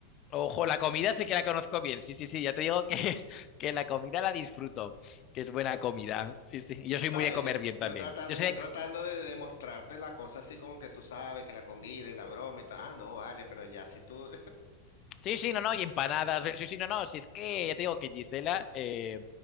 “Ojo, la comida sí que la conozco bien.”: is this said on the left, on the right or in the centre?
Left